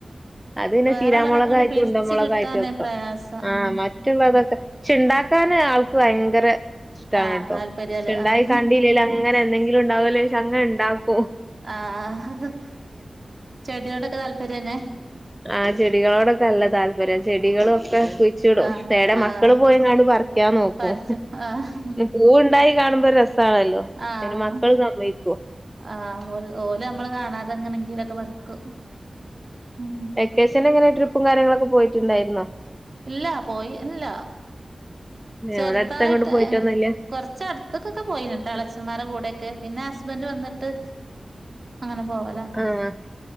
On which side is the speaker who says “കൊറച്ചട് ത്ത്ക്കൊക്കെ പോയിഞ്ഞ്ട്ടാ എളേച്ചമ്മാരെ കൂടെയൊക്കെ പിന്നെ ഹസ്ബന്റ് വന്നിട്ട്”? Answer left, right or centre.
Right